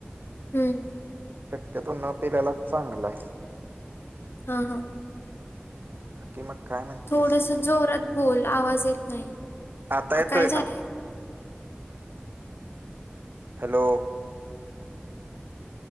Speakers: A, on the left (about 70°); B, on the right (about 55°).
A: हम्म.
B: शक्यतो न पिल्यालाच चांगलाय.
A: हा हा,
B: बाकी मग काय म्हणतेस.
A: थोडस जोरात बोल आवाज येत नाही.
B: आता
A: आ,
B: येतोय
A: काय झालंय
B: का. हॅलो.